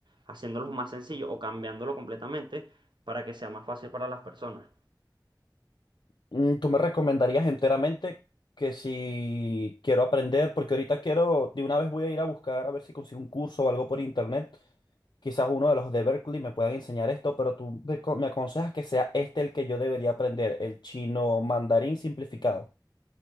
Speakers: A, on the right; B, on the left.
A: haciéndolos más sencillos o cambiándolo completamente para que sea más fácil para las personas.
B: Mm, ¿Tú me recomendarías enteramente que si quiero aprender, porque ahorita quiero, de una vez voy a ir a buscar a ver si consigo un curso o algo por internet, quizás uno de los de Berkeley me puedan enseñar esto, pero tú me co- me aconsejas que sea este el que yo debería aprender, el chino mandarín simplificado.